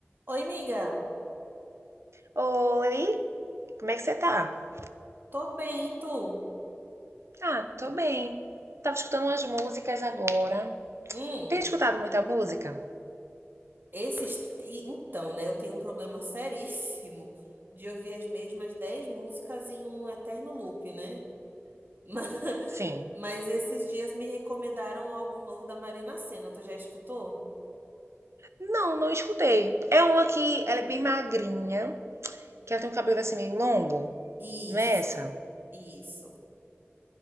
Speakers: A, on the right; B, on the right.
A: Oi, amiga.
B: Oi, como é que você tá?
A: Tô bem, e tu?
B: Ah, tô bem. Tava escutando umas músicas agora.
A: Hum,
B: Tem escutado muita música?
A: esses... e- Então, né, eu tenho um problema <laughs> seríssimo de ouvir as mesmas 10 músicas em um eterno loop, né? <laughs> Ma-
B: Sim.
A: Mas esses dias me recomendaram um álbum novo da Marina Sena. Tu já escutou?
B: Não, não escutei. É uma que ela é bem magrinha, que ela tem um cabelo assim meio longo.
A: Isso,
B: Não é essa?
A: isso.